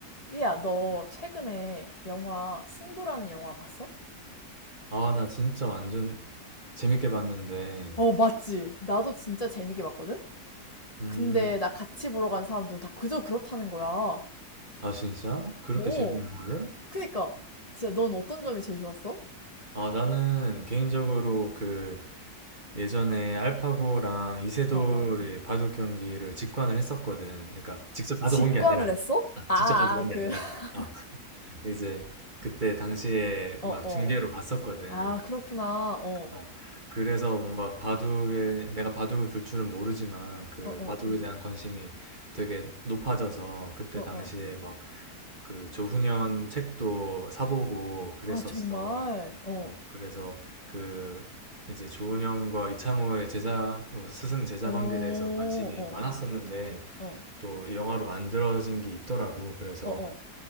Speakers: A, on the left (about 25°); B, on the right (about 30°).
A: 삐야, 너 최근에 영화 승부라는 영화 봤어?
B: 아, 나 진짜 완전 재밌게 봤는데.
A: 어, 맞지. 나도 진짜 재밌게 봤거든?
B: 음,
A: 근데 나 같이 보러 간 사람들은 다 그저 그렇다는 거야.
B: 아, 진짜? 그렇게
A: 오,
B: 재밌는 영화를?
A: 그니까. 진짜 넌 어떤 점이 제일 좋았어?
B: 아, 나는 개인적으로 그 예전에 알파고랑 이세돌의
A: 어, 어.
B: 바둑 경기를 직관을 했었거든. 그러니까 직접 가서
A: 직관을
B: 본 게 아니라,
A: 했어?
B: 아,
A: 아,
B: 직접 가서 본
A: 아, 그,
B: 게 아니라,
A: <laughs>
B: 아, 이제 그때 당시에
A: 어,
B: 막
A: 어.
B: 중계로 봤었거든.
A: 아, 그렇구나. 어,
B: 어, 그래서 뭔가 바둑에, 내가 바둑을 둘 줄은 모르지만 그
A: 어, 어,
B: 바둑에 대한 관심이 되게 높아져서 그때
A: 어, 어.
B: 당시에 막 그 조훈현 책도 사보고 그랬었어.
A: 아, 정말. 어,
B: 어, 그래서 그 이제 조훈현과 이창호의 제자 어, 스승 제자
A: 어,
B: 관계에 대해서 관심이
A: 어,
B: 많았었는데
A: 어,
B: 또 영화로 만들어진 게 있더라고. 그래서
A: 어, 어.